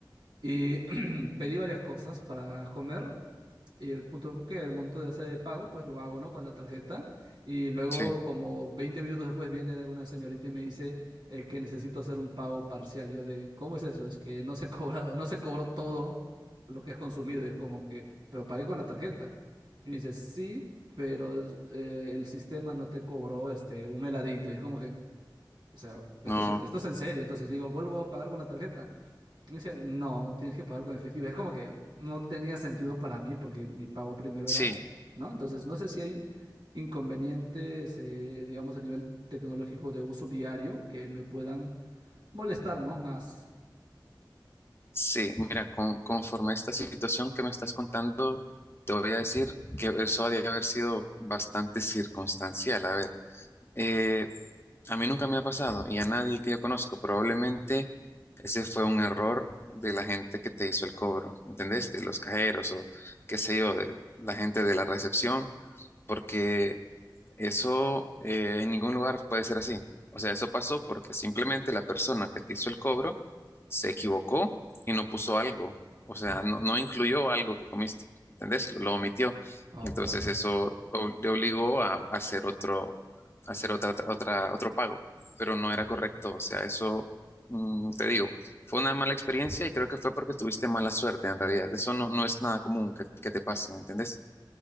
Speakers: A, on the right (about 85°); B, on the left (about 30°).
A: y <clears throat> pedí varias cosas para comer. Y el punto que el monto de hacer de pago, pues lo hago, ¿no? Con la tarjeta. Y luego,
B: sí,
A: como 20 minutos después, viene una señorita y me dice eh, que necesito hacer un pago parcial. Yo de, ¿cómo es eso? Es que no se cobrado, no se cobró todo lo que has consumido. Y es como que, pero pagué con la tarjeta. Y me dice, sí, pero eh, el sistema no te cobró este, un heladito. Y es como que, o sea, esto
B: no,
A: es, esto es en serio. Entonces digo, vuelvo a pagar con la tarjeta. Y dice, no, tienes que pagar con efectivo. Es como que no tenía sentido para mí porque mi pago primero
B: sí,
A: era, ¿no? Entonces no sé si hay inconvenientes, eh, digamos, a nivel tecnológico de uso diario que me puedan molestar, ¿no? Más.
B: sí. Mira, con, conforme a esta situación que me estás contando, te voy a decir que eso ha de haber sido bastante circunstancial. A ver, eh, a mí nunca me ha pasado y a nadie que yo conozco. Probablemente ese fue un error de la gente que te hizo el cobro, ¿entendés? De los cajeros o qué sé yo, de la gente de la recepción, porque Eso eh, en ningún lugar puede ser así. O sea, eso pasó porque simplemente la persona que te hizo el cobro se equivocó y no puso algo. O sea, no, no incluyó algo que comiste. ¿Entendés? Lo, lo omitió.
A: Oh,
B: Entonces
A: claro.
B: eso o- le obligó a, a hacer otro, a hacer otra, otra, otra- otro pago. Pero no era correcto. O sea, eso, mm, te digo, fue una mala experiencia y creo que fue porque tuviste mala suerte en realidad. Eso no, no es nada común que, que te pase, ¿entendés?